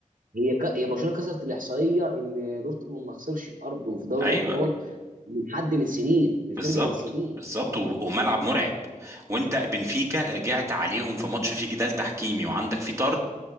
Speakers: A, on the right (about 85°); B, on the right (about 20°).
A: هي ك... هي برشلونه كسرت الاحصائيه ان دورتموند ما خسرش في ارضه في دوري
B: ايوه
A: الابطال من حد من سنين من
B: بالظبط
A: فرقه من سنين
B: بالظبط و- وملعب مرعب وانت بنفيكا رجعت عليهم في ماتش فيه جدال تحكيمي وعندك فيه طرد